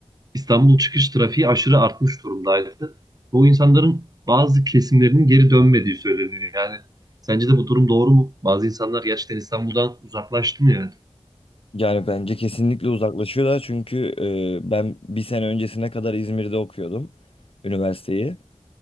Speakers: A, on the right; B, on the left.
A: İstanbul çıkış trafiği aşırı artmış durumdaydı. Bu insanların bazı kesimlerinin geri dönmediği söyleniyor. Yani sence de bu durum doğru mu? Bazı insanlar gerçekten İstanbul'dan uzaklaştı mı yani?
B: Yani bence kesinlikle uzaklaşıyorlar çünkü e, ben bir sene öncesine kadar İzmir'de okuyordum üniversiteyi.